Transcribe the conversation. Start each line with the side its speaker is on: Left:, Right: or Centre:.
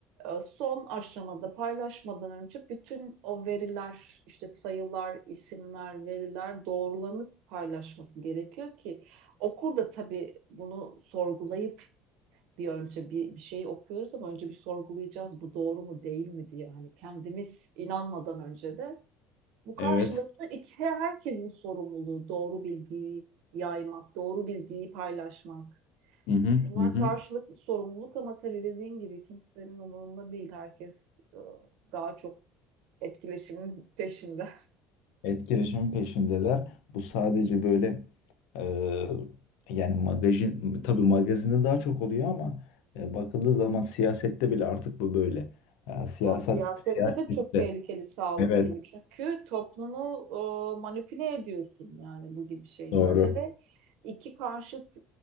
Right: E, son aşamada paylaşmadan önce bütün o veriler, işte sayılar, isimler, veriler doğrulanıp paylaşması gerekiyor ki okur da tabii bunu sorgulayıp bir önce bir, bir şey okuyoruz ama önce bir sorgulayacağız bu doğru mu değil mi diye hani kendimiz inanmadan önce de Bu karşılıklı
Left: evet.
Right: iki, herkesin sorumluluğu doğru bilgiyi yaymak, doğru bilgiyi paylaşmak.
Left: Hı hı,
Right: Bunlar
Left: hı hı.
Right: karşılıklı sorumluluk ama tabii dediğin gibi kimsenin umurunda değil. Herkes e, daha çok etkileşimin peşinde.
Left: Etkileşimin peşindeler. Bu sadece böyle e, yani magazin tabii magazinde daha çok oluyor ama e, bakıldığı zaman siyasette bile artık bu böyle. E, siyaset
Right: Ya siyasette
Left: siyasette
Right: de çok tehlikeli sağlık
Left: evet
Right: gibi. Çünkü toplumu e, manipüle ediyorsun yani bu gibi şeylerle
Left: doğru.
Right: ve iki karşıt